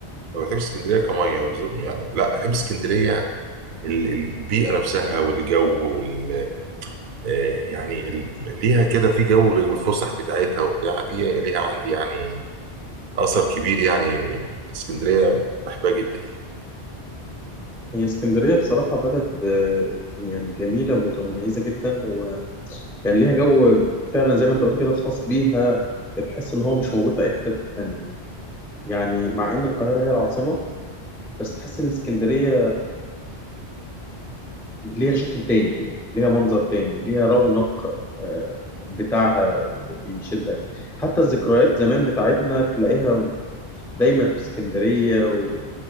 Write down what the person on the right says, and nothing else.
ما بحبش اسكندريه كميه ونزول يعني لا بحب اسكندريه ال- البيئه نفسها والجو وال آه، يعني ال... ليها كده في جو غير والفسح بتاعتها وبتاع دي ليها عندي يعني اثر كبير يعني اسكندريه بحبها جدا يعني